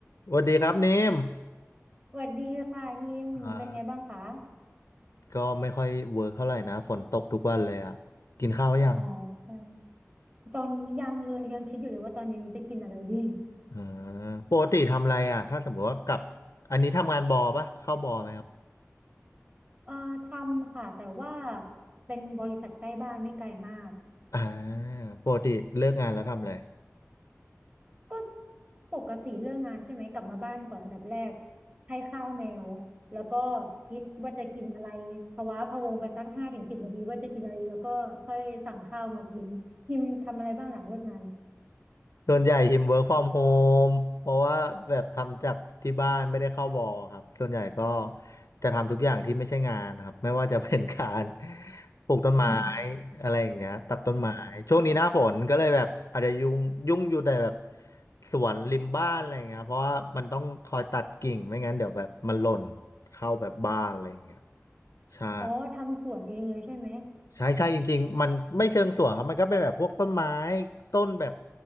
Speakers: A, on the left; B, on the right.
A: สวัสดีครับเนม
B: สวัสดีค่ะฮิมเป็นไงบ้างคะ
A: อ่าก็ไม่ค่อยเวิร์กเท่าไหร่นะฝนตกทุกวันเลยอ่ะกินข้าวยัง
B: อ๋อใช่ตอนนี้ยังเลยยังคิดอยู่เลยว่าตอนเย็นนี้จะกินอะไรดี
A: อ่าปกติทำอะไรอ่ะถ้าสมมติว่ากลับอันนี้ทำงานบอปะเข้าบอไหมครับ
B: เอ่อทำค่ะแต่ว่าเป็นบริษัทใกล้บ้านไม่ไกลมาก
A: อ่าปกติเลิกงานแล้วทำอะไร
B: ก็ปกติเรื่องงานใช่ไหมกลับมาบ้านก่อนอันดับแรกให้ข้าวแมวแล้วก็คิดว่าจะกินอะไรภาวะพะวงไปสักห้าถึงสิบนาทีว่าจะกินอะไรแล้วก็ค่อยสั่งข้าวมากินฮิมทำอะไรบ้างหลังเลิกงาน
A: ส่วนใหญ่หิม work from home เพราะว่าแบบทำจากที่บ้านไม่ได้เข้าบอครับส่วนใหญ่ก็จะทำทุกอย่างที่ไม่ใช่งานครับไม่ว่าจะเป็นการปลูกต้นไม้
B: <laughs>
A: อะไรอย่างเงี้ยตัดต้นไม้ช่วงนี้หน้าฝนก็เลยแบบอาจจะยุ่งยุ่งอยู่แต่แบบ
B: อ๋อ <laughs>
A: สวนริมบ้านอะไรอย่างเงี้ยเพราะว่ามันต้องคอยตัดกิ่งไม่งั้นเดี๋ยวแบบมันหล่นเข้าแบบบ้านอะไรอย่างเงี้ยใช่
B: อ๋อทำสวนเองเลยใช่ไหม
A: ใช่ใช่จริงๆมันไม่เชิงสวนครับมันก็เป็นแบบพวกต้นไม้ต้นแบบ